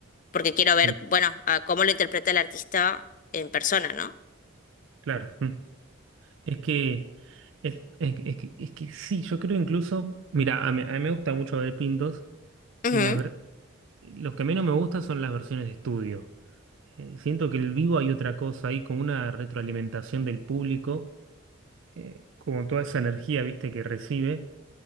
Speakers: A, on the left; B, on the right.
A: porque quiero ver,
B: Ujú,
A: bueno, a cómo lo interpreta el artista en persona, ¿no?
B: Claro. Ujú. Es que, es, es, que, es que es que sí, yo creo incluso, mira, a mí, a mí me gusta mucho ver Pintos
A: Ujú,
B: y la ver- los que menos me gustan son las versiones de estudio. Eh, siento que en el vivo hay otra cosa, hay como una retroalimentación del público, eh, como toda esa energía, viste, que recibe.